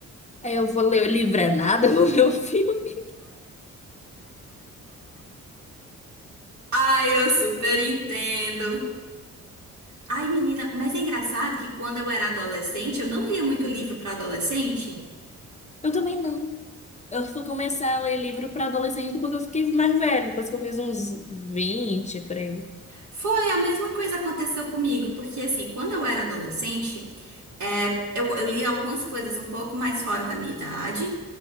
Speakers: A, on the left (about 25°); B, on the right (about 75°).
A: Aí eu vou ler o livro é nada, <laughs> eu vou ver o filme.
B: Ai, eu super entendo. Ai, menina, mas é engraçado que quando eu era adolescente, eu não lia muito livro para adolescente.
A: Eu também não. Eu fui começar a ler livro para adolescente depois que eu fiquei mais velha, depois que eu fiz uns vinte por aí.
B: Foi a mesma coisa que aconteceu comigo, porque assim, quando eu era adolescente, é, eu, eu lia algumas coisas um pouco mais fora da minha idade.